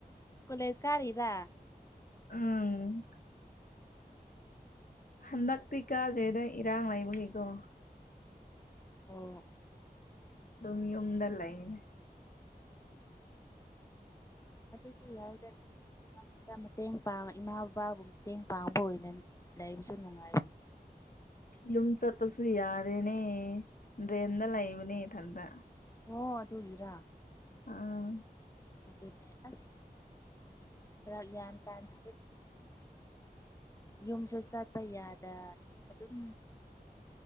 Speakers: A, on the left (about 20°); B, on the left (about 60°).
A: ꯀꯣꯂꯦꯖ ꯀꯥꯔꯤꯔ
B: ꯎꯝ ꯍꯟꯗꯛꯇꯤ ꯀꯥꯗ꯭ꯔꯦꯗ ꯏꯔꯥꯡ ꯂꯩꯕꯒꯤꯀꯣ
A: ꯑꯣ
B: ꯑꯗꯨꯝ ꯌꯨꯝꯗ ꯂꯩꯅꯦ
A: ꯑꯗꯨꯁꯨ ꯌꯥꯏꯗ ꯃꯔ ꯃꯇꯦꯡ ꯄꯥꯡ ꯏꯃꯥ ꯕꯕꯥꯕꯨ ꯃꯇꯦꯡ ꯄꯥꯡꯕ ꯑꯣꯏꯅ ꯂꯩꯕꯁꯨ ꯅꯨꯡꯉꯥꯏꯕ <inaudible>
B: ꯌꯨꯝ ꯆꯠꯄꯁꯨ ꯌꯥꯔꯦꯅꯦ ꯔꯦꯟꯗ ꯂꯩꯕꯅꯦ ꯏꯊꯟꯇ
A: ꯑꯣ ꯑꯗꯨꯒꯤꯔꯥ
B: ꯑꯥ
A: ꯑꯗꯨꯅꯦ ꯑꯁ ꯐꯔꯛ ꯌꯥꯝ ꯇꯥꯅ ꯌꯨꯝꯁꯨ ꯆꯠꯄ ꯌꯥꯗ ꯑꯗꯨꯝ